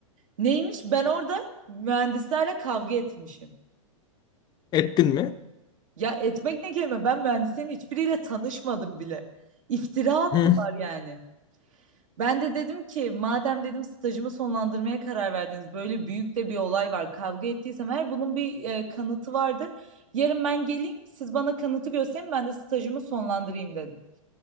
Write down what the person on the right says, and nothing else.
Neymiş? Ben orada mühendislerle kavga etmişim.
Ya etmek ne kelime? Ben mühendislerin hiçbiriyle tanışmadım bile. İftira attılar
yani. Ben de dedim ki madem dedim stajımı sonlandırmaya karar verdiniz böyle büyük de bir olay var kavga ettiysem eğer bunun bir e, kanıtı vardır. Yarın ben geleyim siz bana kanıtı gösterin ben de stajımı sonlandırayım dedim.